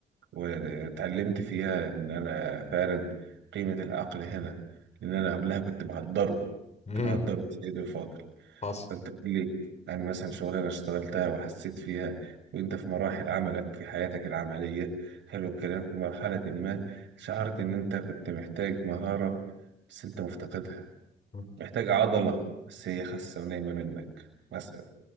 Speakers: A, on the right; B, on the left.
A: واتعلمت فيها إن أنا فعلا قيمة العقل هنا لأن أنا قبلها كنت بهدره
B: مم.
A: كنت بهدره سيدي الفاضل
B: حصل
A: انت قول لي يعني مثلا شغلانه اشتغلتها وحسيت فيها وانت في مراحل عملك في حياتك العمليه حلو الكلام في مرحله ما شعرت ان انت كنت محتاج مهاره بس انت مفتقدها
B: مم.
A: محتاج عضله بس هي خاسه ونايمه منك مثلا